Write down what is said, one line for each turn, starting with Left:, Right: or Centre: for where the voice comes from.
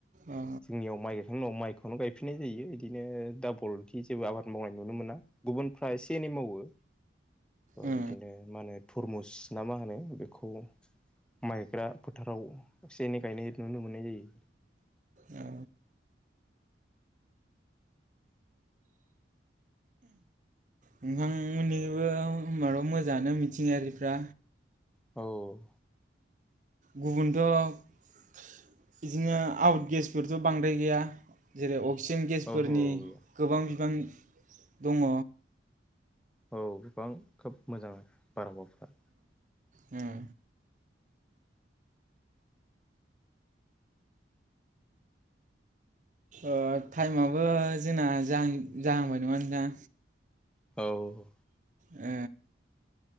Right: अ
Centre: जोंनियाव माइ बिफां दं माइ खौनो गायफिननाय जायो बिदिनो दाबल थि जेबो आबाद मावनाय नुनो मोना गुबुन फ्रा एसे एनै मावो ओ
Right: उम
Centre: बिदिनो मा होनो? थरमुस ना मा होनो बेखौ मायग्रा फोथाराव एसे एनै गायनाय नुनो मोननाय जायो।
Right: औ नोंथांमोननिबो होनबाथ' मोजाङानो मिथिंगायारिफ्रा
Centre: औ
Right: गुबुनथ' बिदिनो आउट गेसफोरथ' बांद्राय गैया जेरै अक्सिजेन गेसफोरनि
Centre: औ औ
Right: गोबां बिबां दङ।
Centre: औ गोबां खोब मोजां। बारहावाफोरा
Right: उम्म ओ टाइमाबो जोंना जाहां जाहांबाय नामा नोंथां?
Centre: औ
Right: ओ